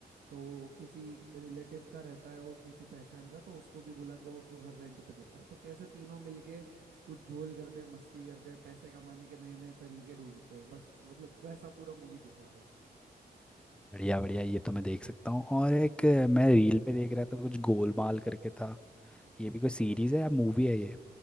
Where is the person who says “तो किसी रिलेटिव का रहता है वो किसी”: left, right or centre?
Right